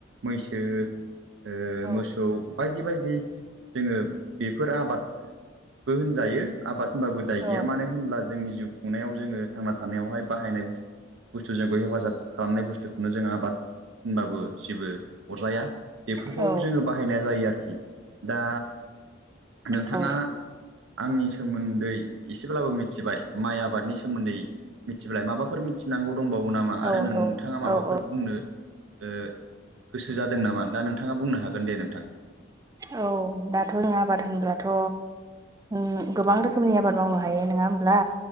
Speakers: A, on the right; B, on the right.
A: मैसो ओ
B: औ
A: मोसौ बायदि बायदि। जोङो बेफोर आबादबो होनजायो आबाद होनबाबो दाय
B: औ
A: गैया मानो होनब्ला जोंनि जिउ खुंनायाव जोङो थांना थानायावहाय बाहायनाय बुस्थ बुस्थु जोंखौ हेफाजाब खालामनाय बुस्थुखौनो जों आबाद होनबाबो जेबो अरजाया। बेफोरखौ
B: औ
A: जोङो बाहायनाय जायो आरोखि दा नोंथाङा
B: औ
A: आंनि सोमोन्दै एसेब्लाबो मिथिबाय माइ आबादनि सोमोन्दै मिथिलाय माबाफोर मिथिनांगौ दंबावो नामा
B: नंगौ
A: आरो नोंथाङा माबाफोर
B: औ औ
A: बुंनो ओ गोसो जादों नामा दा नोंथाङा बुंनो हागोन दे नोंथां।
B: औ दाथ' जों आबाद होनब्लाथ' ओम गोबां रोखोमनि आबाद मावनो हायो नङा होमब्ला।